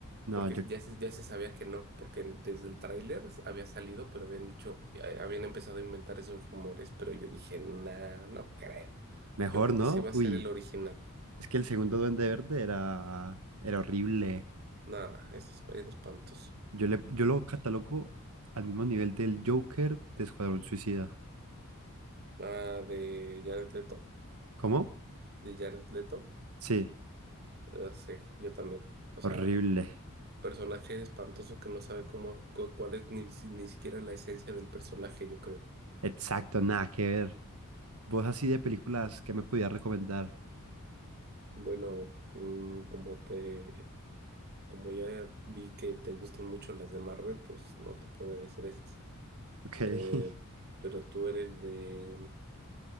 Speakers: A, on the right; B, on the right.
A: No,
B: porque
A: yo
B: ya se, ya se sabía que no, porque desde el tráiler había salido, pero habían dicho, eh, habían empezado a inventar esos rumores, pero yo dije, nah, no creo.
A: mejor
B: Yo creo
A: no.
B: que sí va a
A: Uy,
B: ser el original.
A: es que el segundo Duende Verde era, era horrible.
B: Nada, es, esp- es espantoso.
A: Yo, le, yo lo catalogo al mismo nivel del Joker de Escuadrón Suicida.
B: Ah, de Jared Leto,
A: ¿Cómo?
B: de Jared Leto,
A: Sí,
B: eh, sí, yo también. O sea,
A: horrible.
B: personaje espantoso que no sabe cómo, cu- cuál es ni, si- ni siquiera la esencia del personaje, yo creo.
A: Exacto, nada que ver. Vos así de películas que me podías recomendar.
B: Bueno, mm, como te Como ya vi que te gustan mucho las de Marvel, pues no te podré decir esas.
A: Ok. <laughs>
B: Eh, pero tú eres de,